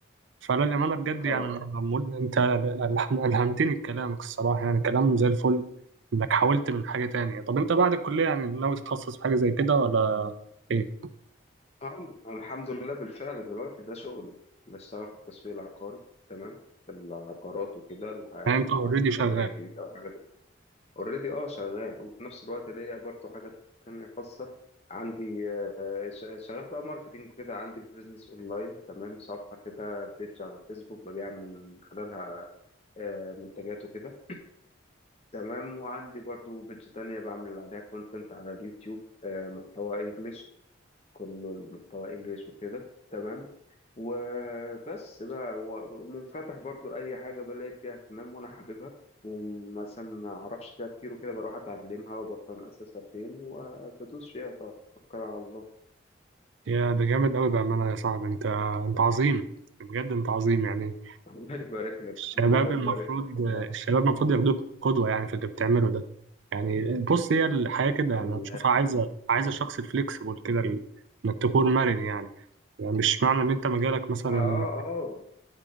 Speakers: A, on the right (about 70°); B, on the left (about 30°).
A: فلا للأمانة بجد
B: اه
A: يعني أنا عمول أنت ألح- ألهمتني بكلامك الصراحة يعني كلام زي الفل إنك حاولت من حاجة تانية طب أنت بعد الكلية يعني ناوي تتخصص في حاجة زي كده ولا إيه؟
B: آه، أنا الحمد لله بالفعل دلوقتي ده شغلي بشتغل في التسويق العقاري تمام في العقارات وكده الع-
A: يعني
B: العاصمة
A: أنت أوريدي شغال
B: الإدارية الجديدة والحاجات دي اوريدي اه شغال وفي نفس الوقت ليا برضه حاجات تانية خاصة عندي شا- شغال بقى ماركتينج كده عندي بيزنس اونلاين تمام صفحه كده بيج على الفيسبوك ببيع من خلالها آه، منتجات وكده تمام وعندي برضو بيج تانية بعمل عليها كونتنت على اليوتيوب آه، محتوى انجليش كله المحتوى انجليش وكده تمام وبس بقى و- ومنفتح برضو لأي حاجة بلاقي فيها اهتمام وأنا حاببها ومثلا ما أعرفش فيها كتير وكده بروح أتعلمها وبفهم أساسها فين وبدوس فيها وتوكل على الله
A: يا ده جامد أوي بأمانة يا صاحبي أنت أنت عظيم بجد أنت عظيم يعني
B: الله يبارك لك
A: الشباب
B: الله يبارك
A: المفروض
B: لك والله
A: الشباب المفروض ياخدوك قدوة يعني في اللي بتعمله ده يعني بص هي الحياة كده
B: الله
A: يعني أنا بشوفها
B: يخليك
A: عايزة عايزة شخص فليكسبل كده ال- إنك تكون مرن يعني. يعني مش معنى إن أنت مجالك مثلا
B: اه اه